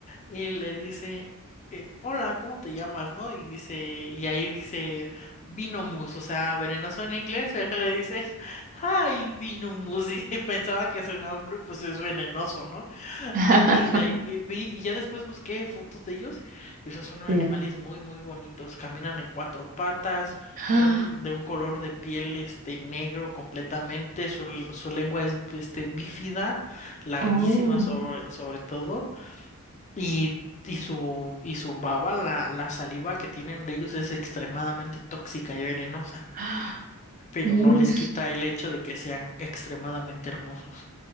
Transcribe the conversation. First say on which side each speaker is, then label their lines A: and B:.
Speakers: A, on the left; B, on the right.
A: y le dice, eh, hola, ¿cómo te llamas, no? Y dice, y ahí dice Vinomus, o sea, venenoso en inglés, <laughs> pero le dice, hi, Vinomus, y <laughs> pensaba que su nombre, pues, es venenoso, ¿no? <laughs>
B: <laughs>
A: Y de ahí y vi, y ya después busqué fotos de ellos, y o sea, son animales
B: Sí.
A: muy, muy bonitos, caminan en cuatro patas,
B: <gasps>
A: son de un color de piel, este, negro completamente, su, su lengua es, este, bífida, larguísima
B: Oh.
A: sobre, sobre todo. Y, y su, y su baba, la, la saliva que tienen de ellos es extremadamente tóxica y venenosa,
B: <gasps>
A: pero
B: Uy.
A: no les quita el hecho de que sean extremadamente hermosos.